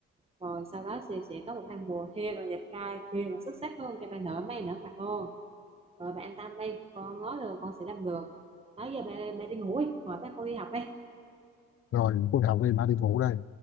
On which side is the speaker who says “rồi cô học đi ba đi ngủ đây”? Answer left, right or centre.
Left